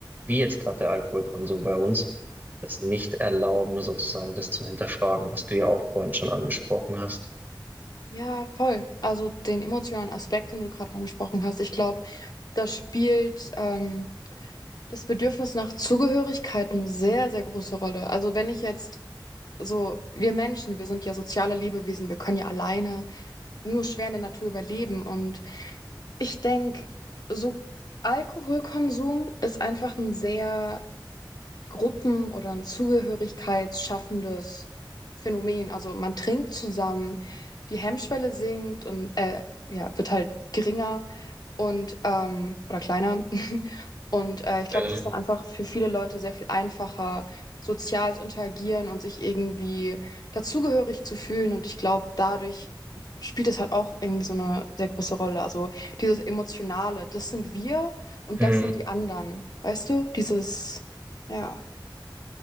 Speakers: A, on the right (about 25°); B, on the left (about 55°).
A: wie jetzt gerade der Alkoholkonsum bei uns, das nicht erlauben, sozusagen das zu hinterfragen, was du ja auch vorhin schon angesprochen hast.
B: Ja, voll. Also den emotionalen Aspekt, den du gerade angesprochen hast, ich glaube, das spielt ähm, das Bedürfnis nach Zugehörigkeit eine sehr, sehr große Rolle. Also wenn ich jetzt so, wir Menschen, wir sind ja soziale Lebewesen, wir können ja alleine nur schwer in der Natur überleben. Und ich denke, so Alkoholkonsum ist einfach ein sehr Gruppen- oder ein zugehörigkeitsschaffendes Phänomen. Also man trinkt zusammen, die Hemmschwelle sinkt und äh, ja, wird halt geringer und ähm, oder kleiner. <laughs> Und äh, ich glaube,
A: Mhm.
B: es ist dann einfach für viele Leute sehr viel einfacher, sozial zu interagieren und sich irgendwie dazugehörig zu fühlen. Und ich glaube, dadurch spielt es halt auch irgendwie so eine sehr große Rolle. Also dieses Emotionale, das sind wir und
A: Mhm.
B: das sind die anderen. Weißt du? Dieses, ja.